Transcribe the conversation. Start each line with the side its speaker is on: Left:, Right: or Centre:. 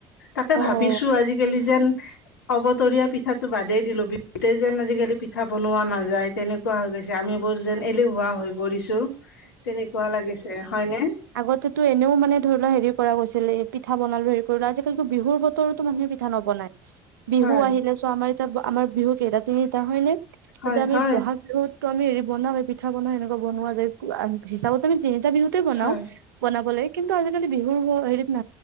Left: তাকে ভাবিছো
Right: অ
Left: আজিকালি যেন অবতৰীয়া পিঠাটো বাদেই দিলো বিহুতে যেন আজিকালি পিঠা বনোৱা নাযায় তেনে কোৱা হৈ গৈছে আমিবোৰ যেন এলেহুৱা হৈ পৰিছো তেনেকুৱা লাগিছে হয়নে
Right: আগতো এনেও মানে ধৰি লোৱা হেৰি কৰা গৈছিল এই পিঠা বনালো হেৰি কৰিলো আজিকালিতো বিহুৰ বতৰতো মানুহে পিঠা নবনায় <inaudible> বিহু
Left: হয়
Right: আহিলে চোৱা আমাৰ এতিয়া আমাৰ বিহু কেইটা তিনিটা হয়নে
Left: হয়
Right: এতিয়া আমি
Left: হয়
Right: ব'হাগ বিহুত ত আমি হেৰি বনাও পিঠা বনা এনেকোৱা বনোৱা যায় হিচাপত আমি তিনিটা বিহুতে বনাও
Left: হয়
Right: বনাব লাগে কিন্তু আজিকালি বিহুৰ হেৰিত ন